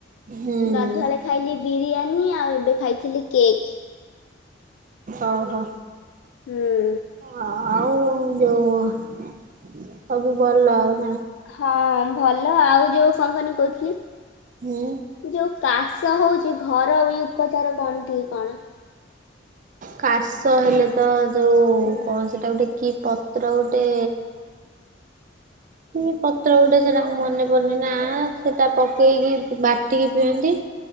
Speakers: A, on the right (about 45°); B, on the left (about 80°).
A: ହୁଁ
B: ଗାଧୁଆଳେ ଖାଇଲି ବିରିୟାନୀ ଆଉ ଏବେ ଖାଇଥିଲି କେକ୍।
A: ଅ ହ।
B: ହୁଁ।
A: ହଁ ଆଉ ଯୋଉ ସବୁ ଭଲ ଆଉ ନା?
B: ହଁ ଭଲ ଆଉ ଯୋଉ କଣ କହିଲୁ କହୁଥିଲି
A: ହୁଁ।
B: ଯୋଉ କାଶ ହଉଛି ଘରଇ ଉପଚାର କଣ ଟିକେ କଣ?
A: କାଶ ହେଲେ ତ ଯୋଉ
B: ହୁଁ
A: କ ସେଇଟା ଗୋଟେ କି ପତ୍ର ଗୋଟେ କି ପତ୍ର ଗୋଟେ ସେଟା ମନେ ପଡୁନି ନା ସେଟା ପକେଇକି ବାଟିକି ପିଅନ୍ତି।